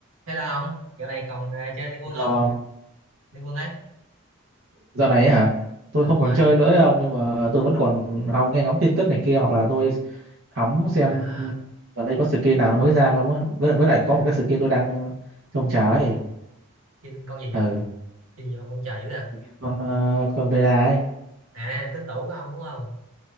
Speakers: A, on the right; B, on the right.
A: Hello ông, dạo này còn ờ, chơi Liên Quân
B: Lo
A: không?
B: không?
A: Liên Quân ấy.
B: Dạo này ấy hả? Tôi
A: Ờ
B: không
A: đúng
B: còn
A: rồi.
B: chơi nữa ông nhưng mà tôi vẫn còn hóng nghe ngóng tin tức này kia hoặc là tôi hóng xem
A: À
B: gần đây có skin nào nó mới ra không á. Với, với lại
A: à
B: có một cái skin tôi đang trông trái.
A: Kim con gì nhỉ?
B: Ừ.
A: Kim gì mà ông chờ dữ kìa.
B: Skin con ờ, con Vera ấy.
A: À tứ tủ của ông đúng không?